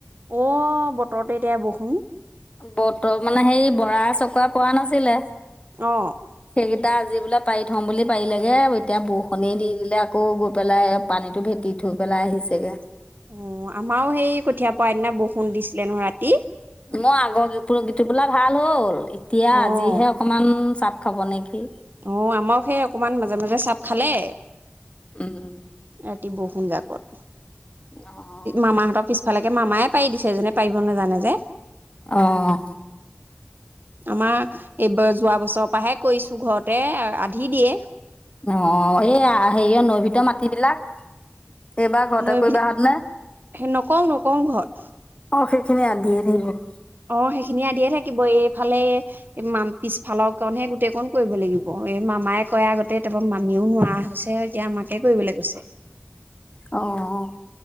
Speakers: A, on the right (about 50°); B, on the left (about 25°).
A: অ' বতৰতে এতিয়া বহো।
B: বতৰ মানে সেই বৰা চকুৱা পৰা নাছিলে
A: অ',
B: সেইকেই ইটা আজি বোলে পাৰি থম বুলি পাৰি লেগে, এতিয়া বৰষুণেই দি দিলে আকৌ গৈ পেলাই পানীতটো ভেটি থৈ পেলাই আহিছেগে।
A: অ' আমাৰো সেই কঠিয়া পৰা দিনা বহুত বৰষুণ দিছিলে নহয় ৰাতি
B: মই আগৰ গী গীত টোপোলা ভাল হ'ল। এতিয়া
A: অ'।
B: আজিহে অকমান চা খাব নেকি?
A: অ' আমাৰ সেই অকমান মাজে মাজে চাপ খালে।
B: উম উম
A: ৰাতি বহু ফোন এটা কৰ
B: অঁ
A: মামাহঁতৰ পিছফালেকে মামায় পাৰি দিছে এজনে পাৰিব নাজানে যে।
B: অ'।
A: আমাৰ এইবাৰ যোৱা বছৰ তপাহে কৰিছো ঘৰতে আধি দিয়ে।
B: অ' এই হেৰিয় নৈ ভিতৰ মাটিবলাক এইবাৰ ঘৰতে
A: নৈ
B: কৰিবা হাত নে,
A: নকওঁ নকওঁ ঘৰত
B: অ' সেইখিনি আন্ধিয়ে থাকিব।
A: অ' সেইখিনিয়ে আধিয়ে থাকিব এইফালে ম পিছফালৰকণহে গোটেই কণ কৰিব লাগিব। এই মামাই কয়, আগতে তাৰপৰা মামিও নোৱাৰা হৈছে, এতিয়া আমাকে কৰিবলৈ কৈছে।
B: অ'।